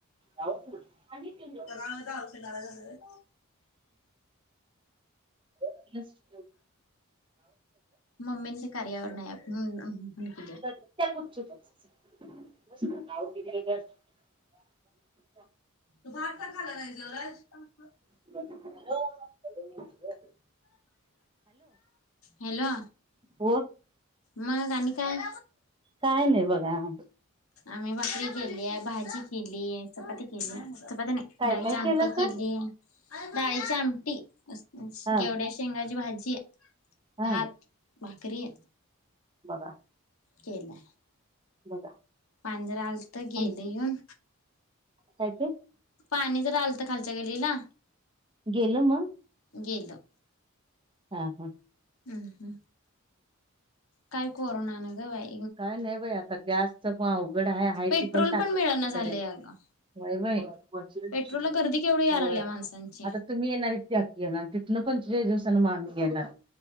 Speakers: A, on the right (about 20°); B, on the left (about 75°).
A: ना आणि <unintelligible>
B: जगां जां फिणारलां झालं
A: वाटलं चं
B: मम्मी ते कार्यावर नाहीं म्हणूंन माहित नाहीं.
A: त्यां कुठंच्या नांव की दे धरं अच्छा
B: तो भांत कां खाल्लां नाहीं जेवणाहीस कां
A: <unintelligible> <unintelligible>
B: हॅलो
A: कोणं
B: मंग आणि कायं?
A: कायं नाहीं बोलां
B: आम्हीं भाकरी केली, आहे भाजी केली, चपाती केली, चपाती नाहीं.
A: काय
B: डाळीची
A: काय
B: आमटी
A: केलं सांग
B: केली. डाळीची आमटी, घेवड्यां
A: हा
B: शेंगांची भाजी,
A: हा
B: भांत भाकरी
A: बघां
B: केला
A: बघा
B: पांजरा आलतं गेलं
A: आमचं
B: येऊन.
A: काय ते?
B: पाणी जरा आलतं खालच्या गलीला
A: गेलं मग?
B: गेलं
A: हा हा
B: ह् ह, काय कोरोना नं गं बाय
A: काय नाही बाई आता, गॅसच पण अवघड हाय,,, हाय
B: पेट्रोल
A: ती पण टाकी
B: मिळना
A: संपत
B: झालंय
A: आली.
B: अगं.
A: व्हय बाई,, व्हय,
B: पेट्रोलला गर्दी केवढी याय लागल्या माणसांची.
A: आता तुम्ही येणार इथकी येणार, तिथन पंचेचाळी दिवसांन म आम्ही घेणार